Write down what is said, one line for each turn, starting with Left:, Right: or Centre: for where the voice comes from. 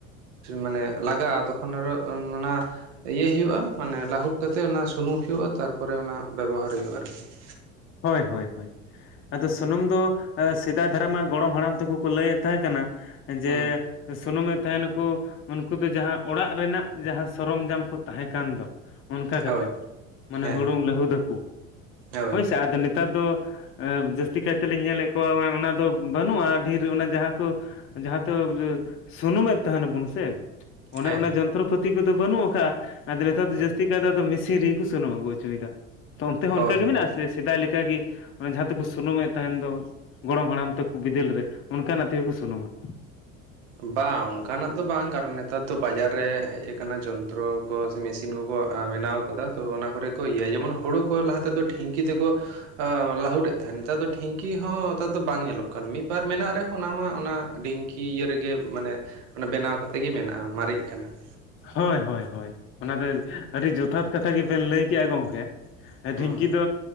Right: ᱢᱟᱱᱮ ᱞᱟᱜᱟᱜᱼᱟ ᱛᱚᱠᱷᱚᱱ ᱟᱨᱚ ᱚᱱᱟ ᱤᱭᱟᱹᱭ ᱦᱩᱭᱩᱜᱼᱟ ᱢᱟᱱᱮ ᱞᱟᱹᱦᱩᱫ ᱠᱟᱛᱮᱜ ᱚᱱᱟ ᱥᱩᱱᱩᱢ ᱦᱩᱭᱩᱜᱼᱟ ᱛᱟᱨᱯᱚᱨᱮ ᱚᱱᱟ ᱵᱮᱵᱚᱦᱟᱨ ᱦᱩᱭᱩᱜᱼᱟ ᱟᱨᱠᱤ ᱾
Left: ᱦᱳᱭ ᱦᱳᱭ ᱦᱳᱭ ᱾ ᱟᱫᱚ ᱥᱩᱱᱩᱢ ᱫᱚ ᱥᱮᱫᱟᱭ ᱫᱷᱟᱨᱟ ᱢᱟ ᱜᱚᱲᱚᱢ ᱦᱟᱲᱟᱢ ᱛᱟᱠᱚ ᱠᱚ ᱞᱟᱹᱭᱮᱫ ᱛᱟᱦᱮᱸ ᱠᱟᱱᱟ ᱡᱮ
Right: ᱦᱩᱸ
Left: ᱥᱩᱱᱩᱢᱮᱫ ᱛᱟᱦᱮᱸᱱᱟᱠᱚ ᱩᱱᱠᱩ ᱫᱚ ᱡᱟᱦᱟᱸ ᱚᱲᱟᱜ ᱨᱮᱱᱟᱜ ᱡᱟᱦᱟᱸ ᱥᱚᱨᱚᱢᱡᱟᱢ ᱠᱚ ᱛᱟᱦᱮᱸ ᱠᱟᱱ ᱫᱚ ᱾ ᱚᱱᱠᱟ ᱠᱟᱛᱮᱱᱫ,
Right: ᱦᱳᱭ
Left: ᱢᱟᱱᱮ
Right: ᱦᱮᱸ
Left: ᱦᱩᱲᱩᱝ ᱞᱟᱹᱦᱩᱫ ᱫᱟᱹᱠᱩ ᱾
Right: ᱦᱳᱭ
Left: ᱦᱳᱭᱥᱮ, ᱟᱫᱚ ᱱᱮᱛᱟᱨ ᱫᱚ ᱡᱟᱹᱥᱛᱤ ᱠᱟᱭ ᱛᱮ ᱞᱤᱧ ᱧᱮᱞᱮᱫ ᱠᱚᱣᱟ ᱢᱟᱱᱮ ᱚᱱᱟ ᱫᱚ ᱵᱟᱹᱱᱩᱜᱼᱟ ᱰᱷᱤᱨ ᱚᱱᱟ ᱡᱟᱦᱟᱸ ᱠᱩ ᱡᱟᱦᱟᱸ ᱛᱚ ᱥᱩᱱᱩᱢᱮᱫ ᱛᱟᱦᱮᱸ ᱱᱟᱵᱚᱱ ᱥᱮ ᱾ ᱚᱱᱮ
Right: ᱦᱮᱸ
Left: ᱚᱱᱟ ᱡᱚᱱᱛᱨᱚᱯᱟᱹᱛᱤ ᱠᱚᱫᱚ ᱵᱟᱹᱱᱩᱜ ᱟᱠᱟᱜᱼᱟ ᱟᱫᱚ ᱱᱮᱛᱟᱨ
Right: ᱦᱳᱭ
Left: ᱫᱚ ᱡᱟᱹᱥᱛᱤ ᱛᱮ ᱫᱚ ᱟᱫᱚ ᱢᱤᱥᱤᱱ ᱨᱤᱜᱤ ᱠᱩ ᱥᱩᱱᱩᱢ ᱟᱹᱜᱩᱜ ᱦᱚᱪᱚᱭ ᱫᱟ, ᱛᱚ ᱚᱱᱛᱮ ᱦᱚᱸ
Right: ᱦᱳᱭ
Left: ᱚᱱᱠᱟ ᱜᱮ
Right: ᱦᱳᱭ
Left: ᱢᱮᱱᱟᱜᱼᱟᱥ ᱥᱤᱫᱟᱭ ᱞᱤᱠᱟᱜᱤ ᱚᱱᱮ ᱡᱟᱦᱟᱸ ᱛᱮᱠᱚ ᱥᱩᱱᱩᱢᱮᱫ ᱛᱟᱦᱮᱸᱱ ᱫᱚ ᱾ ᱜᱚᱲᱚᱢ ᱦᱟᱲᱟᱢ ᱛᱟᱠᱚ ᱵᱤᱫᱟᱹᱞ ᱨᱮ ᱚᱱᱠᱟᱱᱟᱜ ᱛᱮᱜᱮ ᱠᱚ ᱥᱩᱱᱩᱢᱟ ᱾
Right: ᱵᱟᱝ ᱚᱱᱠᱟᱱᱟᱜ ᱫᱚ ᱵᱟᱝ ᱠᱟᱨᱚᱱ ᱱᱮᱛᱟᱨ ᱫᱚ ᱵᱟᱡᱟᱨ ᱨᱮ ᱦᱮᱡ ᱟᱠᱟᱱᱟ ᱡᱚᱱᱛᱨᱚ ᱠᱚ ᱾ ᱢᱮᱥᱤᱱ ᱠᱚᱠᱚ ᱵᱮᱱᱟᱣ ᱠᱟᱫᱟ ᱛᱚ ᱚᱱᱟ ᱠᱚᱨᱮ ᱠᱚ ᱤᱭᱟᱹᱭ ᱡᱮᱢᱚᱱ ᱦᱳᱲᱳ ᱠᱚ ᱞᱟᱦᱟ ᱛᱮᱫᱚ ᱰᱷᱤᱝᱠᱤ ᱛᱮᱠᱚ ᱟ ᱞᱟᱹᱦᱩᱰᱮᱫ ᱛᱟᱦᱮᱸᱱ ᱱᱮᱛᱟᱨ ᱫᱚ ᱰᱷᱤᱝᱠᱤ ᱦᱚᱸ ᱱᱮᱛᱟᱨ ᱫᱚ ᱵᱟᱝ ᱧᱮᱞᱚᱜ ᱠᱟᱱ ᱢᱤᱫᱵᱟᱨ ᱢᱮᱱᱟᱜ ᱨᱮᱦᱚᱸ ᱚᱱᱟ ᱢᱟ ᱚᱱᱟ ᱰᱷᱤᱝ ᱠᱤ ᱤᱭᱟᱹ ᱨᱮᱜᱮ ᱢᱟᱱᱮ ᱚᱱᱟ ᱵᱮᱱᱟᱣ ᱠᱟᱛᱮᱜ ᱜᱮ ᱢᱮᱱᱟᱜᱼᱟ ᱢᱟᱨᱤᱜ ᱠᱟᱱᱟ ᱾
Left: ᱦᱳᱭ ᱦᱳᱭ ᱦᱳᱭ, ᱚᱱᱟ ᱵᱮᱥ ᱟᱹᱰᱤ ᱡᱚᱛᱷᱟᱛ ᱠᱟᱛᱷᱟ ᱜᱮᱵᱮᱱ ᱞᱟᱹᱭ ᱠᱮᱜᱼᱟ ᱜᱚᱝᱠᱮ ᱾ ᱦᱮᱸ
Right: ᱦᱩᱸ
Left: ᱰᱷᱤᱝᱠᱤ ᱫᱚ